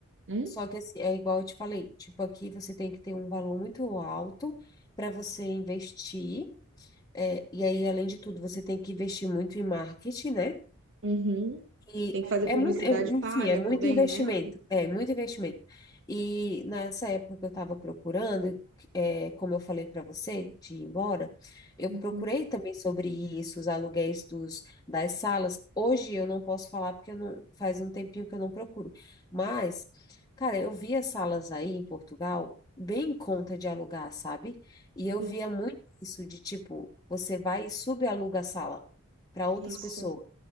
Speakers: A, on the right (about 60°); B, on the left (about 15°).
A: Hum?
B: só que assim, é igual eu te falei, tipo, aqui você tem que ter um valor muito alto para você investir, é, e aí, além de tudo, você tem que investir muito em marketing, né?
A: Uhum.
B: E
A: Tem que fazer
B: é
A: publicidade
B: muito, eu- enfim,
A: paga
B: é muito
A: também,
B: investimento,
A: né?
B: é muito investimento. E nessa época que eu estava procurando, é, como eu falei para você, de ir embora, eu
A: Uhum.
B: procurei também sobre isso, os aluguéis dos, das salas. Hoje eu não posso falar porque eu não, faz um tempinho que eu não procuro. Mas, cara, eu via salas aí em Portugal bem em conta de alugar, sabe? E eu
A: Sim,
B: via muito isso de tipo, você vai e subaluga a sala para outras
A: isso.
B: pessoas.